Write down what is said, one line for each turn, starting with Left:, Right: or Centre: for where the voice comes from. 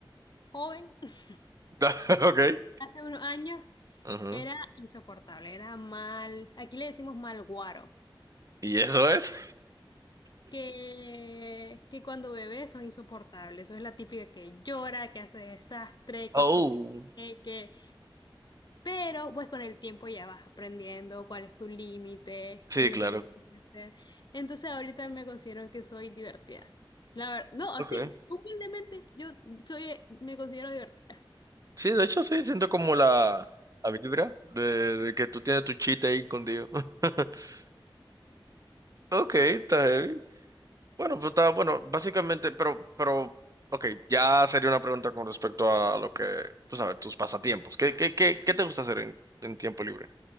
Left: joven, <laughs>
Right: <laughs> Ok.
Left: hace unos años,
Right: Ujú.
Left: era insoportable, era mal, aquí le decimos mal guaro.
Right: ¿Y eso es?
Left: que, que cuando bebé sos insoportable. Eso es la típica que llora, que hace desastre,
Right: Oh.
Left: que se... que... que- Pero pues con el tiempo ya vas aprendiendo cuál es tu límite,
Right: Sí,
Left: qué es
Right: claro.
Left: lo que no tienes que hacer. Entonces ahorita me considero que soy divertida. La verdad, no, así,
Right: Okay.
Left: humildemente yo soy, me considero divertida.
Right: Sí, de hecho, sí, siento como la, la vibra de, de que tú tienes tu chiste ahí escondido. <laughs> Ok, está heavy. Bueno, pues está, bueno, básicamente, pero, pero, ok, ya sería una pregunta con respecto a lo que, tú sabes, tus pasatiempos. ¿Qué, qué, qué, qué te gusta hacer en, en tiempo libre?